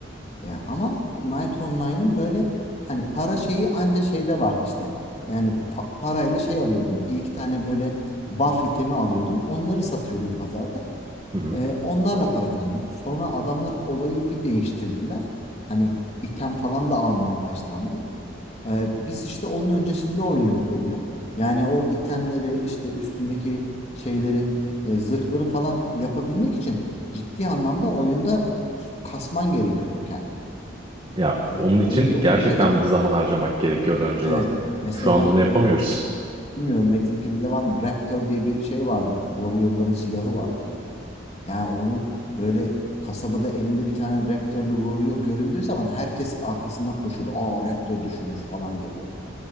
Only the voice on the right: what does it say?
Hı hı.
Ya
onun için
gerçekten
bir zaman harcamak gerekiyordu önceden.
Şu anda onu yapamıyoruz.